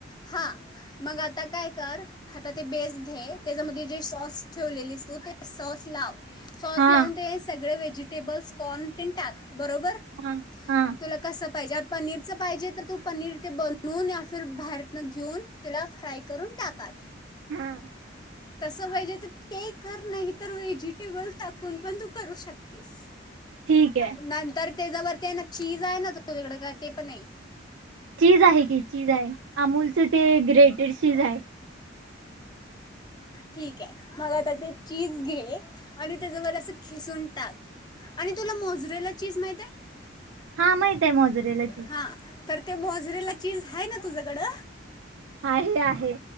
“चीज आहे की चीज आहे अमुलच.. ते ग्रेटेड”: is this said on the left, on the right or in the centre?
Right